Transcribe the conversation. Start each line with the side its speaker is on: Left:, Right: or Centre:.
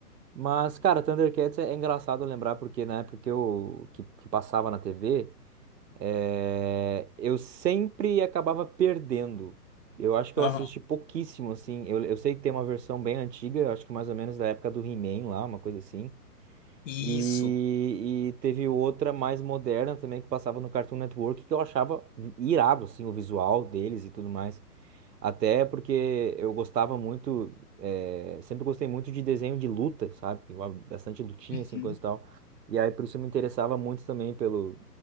Right: Mas, cara, Thundercats é, é engraçado lembrar, porque na época que eu que, que passava na TV, eh, eu sempre acabava perdendo. Eu acho que
Left: Aham.
Right: eu assisti pouquíssimo, assim. Eu, eu sei que tem uma versão bem antiga, eu acho que mais ou menos da época do He-Man lá, uma coisa assim.
Left: Isso.
Right: E, e teve outra mais moderna também que passava no Cartoon Network, que eu achava irado, assim, o visual deles e tudo mais. Até porque eu gostava muito, eh, sempre gostei muito de desenho de luta, sabe? Que envolve Bastante lutinha,
Left: Uhum.
Right: assim, coisa e tal. E aí, por isso, eu me interessava muito também pelo...